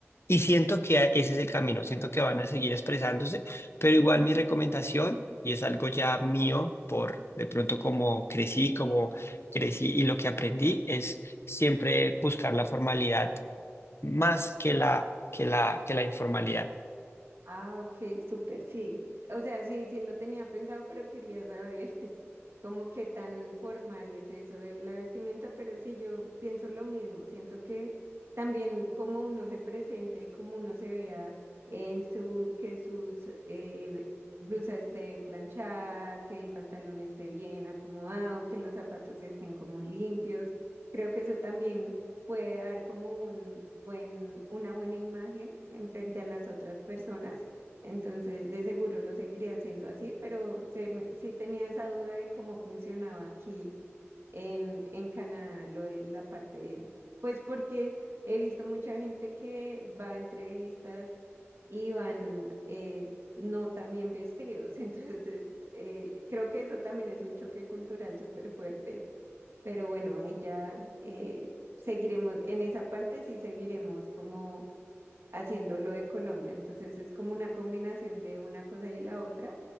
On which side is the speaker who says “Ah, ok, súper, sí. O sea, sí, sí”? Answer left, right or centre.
Right